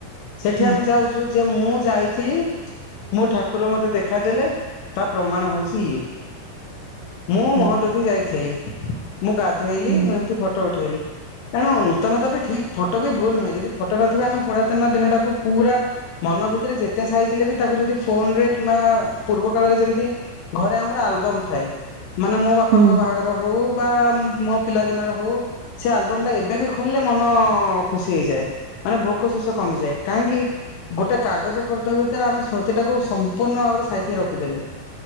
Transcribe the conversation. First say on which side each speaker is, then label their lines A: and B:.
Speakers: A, on the left (about 75°); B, on the right (about 80°).
A: ସେଠି
B: ହୁଁ
A: ଆମେ ଯାଉଛୁ ଯେ ମୁଁ ଯାଇଥିଲି ମୋ ଠାକୁର ମୋତେ ଦେଖାଦେଲେ ତା ପ୍ରମାଣ ହଉଛି ଇଏ। ମୁଁ
B: ହୁଁ
A: ମହୋଦଧି ଯାଇଥିଲି ମୁଁ ଗାଧେଇଲି
B: ହୁଁ
A: ମୁଁ ଏମିତି ଫଟୋ ଉଠେଇଲି। ତେଣୁ ନୂତନତା ବି ଠିକ ଫଟୋ ବି ଭୁଲ ନୁହେଁ। ଯଦି ଫଟୋ ନଥିବ ଆମେ ପୁରାତନ ଦିନଟାକୁ ପୁରା ମନ ଭିତରେ ଯେତେ ସାଇଥିଲେ ବି ତାକୁ ଯଦି ଫୋନ୍ ରେ କିମ୍ବା ପୂର୍ବ କାଳରେ ଯେମତି ଘରେ ଆମ ର ଆଲବମ୍ ଥାଏ। ମାନେ ମୋ ବାପାଙ୍କ
B: ହୁଁ
A: ବାହାଘର ହଉ ବା ମୋ ପିଲା ଦିନର ହଉ ସେ ଆଲବମ୍ ଟା ଏବେ ବି ଖୋଲିଲେ ମନ ଖୁସି ହେଇଯାଏ। ମାନେ ଭୋକ ଶୋଷ କମିଯାଏ କାହିଁକି ଗୋଟେ କାଗଜ ଫର୍ଦ୍ଦ ଭିତରେ ଆମେ ସ୍ମୃତି ଟାକୁ ସମ୍ପୂର୍ଣ୍ଣ ଭାବରେ ସାଇତିକି ରଖିଥିଲୁ।